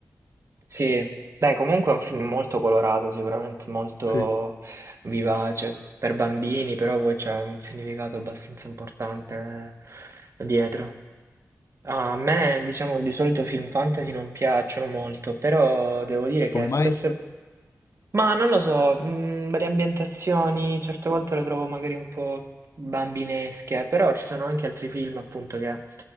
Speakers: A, on the right; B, on the left.
A: Sì, beh, comunque è un film molto colorato, sicuramente molto
B: Sì.
A: vivace per bambini, però poi c'è un significato abbastanza importante eh, dietro. A me, diciamo, di solito film fantasy non piacciono molto, però devo dire che
B: Come
A: spesso
B: mai?
A: ma non lo so, mm, le ambientazioni certe volte le trovo magari un po' bambinesche, però ci sono anche altri film, appunto, che ad